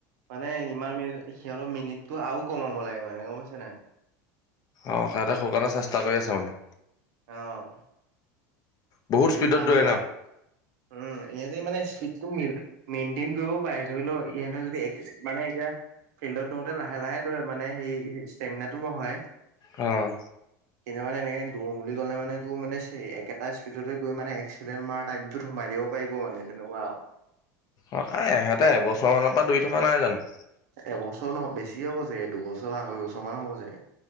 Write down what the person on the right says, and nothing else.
মানে ইমান মিনিট সিহঁতৰ মিনিটটো আৰু কম হব লাগে মানে গম পাইছা নাই?
অহ।
ইহঁতে
আমি
আ, উম ইহঁতে মানে স্পীডটো মিল মেইনটেইন কৰিবও পাৰে, ধৰি ল ইহঁতৰ যদি এচ্চি মানে এতিয়া ফিল্ডত দৌৰতে লাহে লাহে দৌৰে মানে সেই ষ্টেমিনাটো বঢ়ায়।
কিছুমানে এনেকৈ দৌৰ বুলি কলে মানে দৌৰ সেই একেটাই পিছতহে গৈ মানে এক্সিলেন্ত মাৰা টাইপটোত সোমাই দিব পাৰিব মানে তেনেুৱা আৰু।
এবছৰ নহয় বেছি হব চাগে দুবছৰ আঢ়ৈ বছৰ মান হ'ব চাগে।